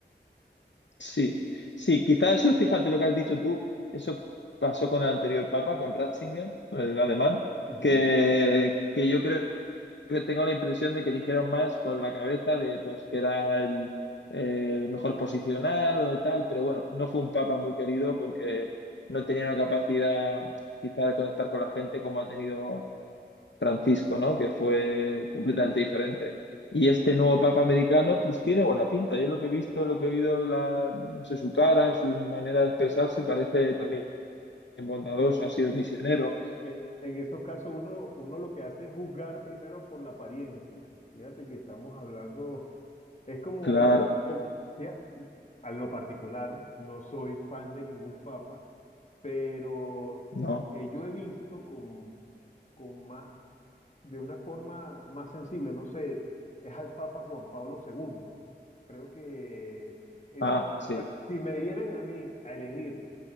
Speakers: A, on the left (about 75°); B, on the left (about 40°).
A: sí, sí, quizás eso, fíjate lo que has dicho tú, eso pasó con el anterior papa, con Ratzinger, con el alemán,
B: Ujú.
A: que, que yo creo que tengo la impresión de que eligieron más con la cabeza de pues que era el, el mejor posicionado y tal, pero bueno, no fue un papa muy querido porque no tenía una capacidad quizá de conectar con la gente como ha tenido Francisco, ¿no? Que fue completamente diferente. Y este nuevo papa americano pues tiene buena pinta. Yo lo que he visto, lo que he oído, la, no sé, su cara, su manera de expresarse parece también bondadoso,
B: Increíble.
A: ha sido misionero.
B: Eh, en esos casos uno, uno lo que hace es juzgar primero por la apariencia. Fíjate que estamos hablando, es como,
A: Claro,
B: como fía- a lo particular, no soy fan de ningún papa, pero
A: ¿no?
B: el que yo he visto con, con más, de una forma más sensible, no sé, es al Papa Juan Pablo II. Creo que ese,
A: Ah, sí.
B: si me dieran a mí a elegir